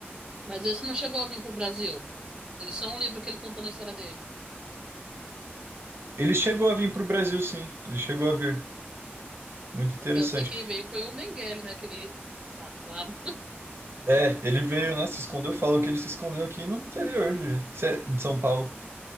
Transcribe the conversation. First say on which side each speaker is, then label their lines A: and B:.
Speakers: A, on the right; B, on the right.
A: Mas esse não chegou a vir pro Brasil. Ele só um livro que ele contou na história dele.
B: Ele chegou a vir para o Brasil, sim. Ele chegou a vir. Muito interessante.
A: É Porque eu sei quem veio foi o Mengele, né? Aquele <laughs> safado.
B: É, ele veio, né? Se escondeu. Falam que ele se escondeu aqui no interior de, Cê- de São Paulo.